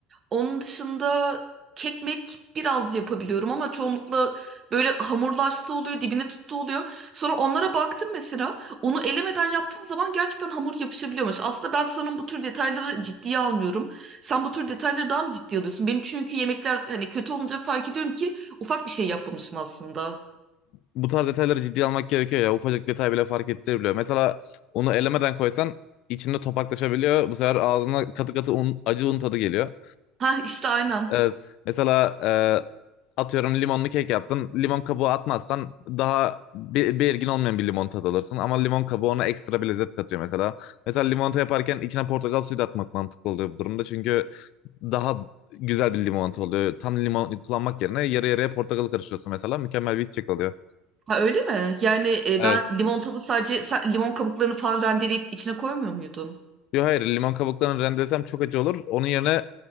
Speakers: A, on the right; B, on the left.
A: onun dışında kekmek biraz yapabiliyorum ama çoğunlukla böyle hamurlaştı oluyor, dibine tuttu oluyor. Sonra onlara baktım mesela. Onu elemeden yaptığın zaman gerçekten hamur yapışabiliyormuş. Aslında ben sanırım bu tür detayları ciddiye almıyorum. Sen bu tür detayları daha mı ciddiye alıyorsun? Benim çünkü yemekler hani kötü olunca fark ediyorum ki ufak bir şey yapmamışım aslında.
B: bu tarz detayları ciddiye almak gerekiyor ya. Ufacık detay bile fark ettirebiliyor. Mesela onu elemeden koysan içinde topaklaşabiliyor. Bu sefer ağzına katı katı un, acı un tadı geliyor.
A: Ha işte aynen.
B: Evet, mesela e, atıyorum limonlu kek yaptın. Limon kabuğu atmazsan daha be- belirgin olmayan bir limon tadı alırsın. Ama limon kabuğu ona ekstra bir lezzet katıyor mesela. Mesela limonata yaparken içine portakal suyu da atmak mantıklı oluyor bu durumda. Çünkü daha güzel bir limonata oluyor. Tam limon kullanmak yerine yarı yarıya portakal karıştırıyorsun mesela. Mükemmel bir içecek oluyor.
A: Ha öyle mi? Yani e,
B: Evet.
A: ben limonatada sadece sa- limon kabuklarını falan rendeleyip içine koymuyor muydun?
B: Yo hayır limon kabuklarını rendelesem çok acı olur. Onun yerine